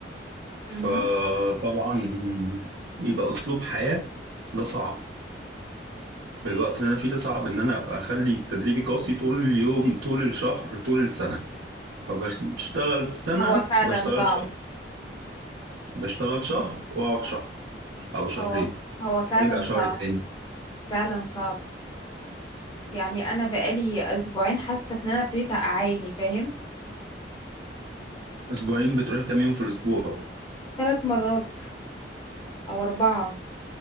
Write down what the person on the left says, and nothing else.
مهم.
هو فعلا
صعب
هو هو فعلا
صعب
فعلا صعب يعني انا بقالي اسبوعين حاسه ان انا ابتديت اعاني فاهم
ثلاث مرات او اربعه